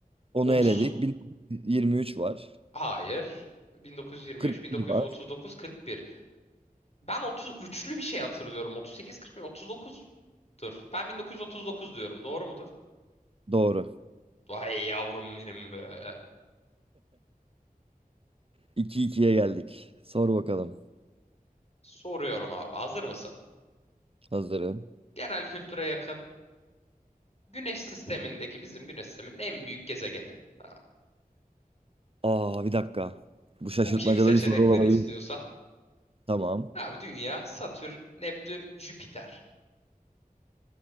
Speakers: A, on the right; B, on the left.
A: onu
B: 30
A: eledik. 1923 var.
B: Hayır. 1923,
A: 41
B: 1939,
A: var.
B: 41. Ben 33'lü bir şey hatırlıyorum. 38, 41, 39'dur. Ben 1939 diyorum. Doğru mudur?
A: Doğru.
B: Vay yavrum benim be.
A: 2 ikiye geldik. Sor bakalım.
B: Soruyorum abi. Hazır mısın?
A: Hazırım.
B: Genel kültüre yakın. Güneş sistemindeki bizim güneş sisteminin en büyük gezegeni. Ha,
A: Aa bir dakika. Bu şaşırtmacalı
B: okuyayım seçenekleri
A: bir soru olabilir.
B: istiyorsan.
A: Tamam.
B: Abi Dünya, Satürn, Neptün, Jüpiter.